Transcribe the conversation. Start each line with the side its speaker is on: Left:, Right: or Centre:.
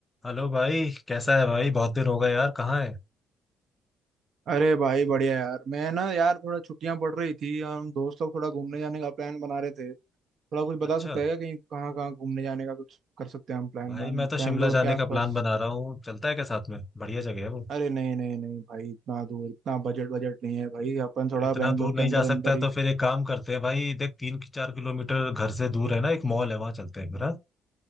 Left: Hello भाई कैसा है भाई बहुत दिन हो गए यार कहाँ है
Right: अरे भाई बढ़िया यार मैं ना यार थोड़ा छुट्टियां पड़ रही थी और हम दोस्त लोग थोड़ा घूमने जाने का प्लान बना रहे थे थोड़ा कुछ बता
Left: अच्छा
Right: सकते हैं क्या कहीं कहाँ कहाँ घूमने जाने का कुछ कर सकते हैं हम प्लान
Left: भाई
Right: प्लान
Left: मैं तो
Right: बैंगलोर
Left: शिमला जाने
Right: के आसपास
Left: का प्लान बना रहा हूँ चलता है क्या साथ में बढ़िया जगह है वो
Right: अरे नहीं नहीं नहीं भाई इतना दूर इतना बजट बजट नहीं है भाई अपन
Left: तो
Right: थोड़ा
Left: इतना
Right: बैंगलोर
Left: दूर नहीं
Right: के अंदर
Left: जा सकता
Right: अंदर
Left: है
Right: ही
Left: तो फिर एक काम करते हैं भाई देख तीन कि- चार किलोमीटर घर से दूर है ना एक मॉल है वहाँ चलते हैं फिर हाँ?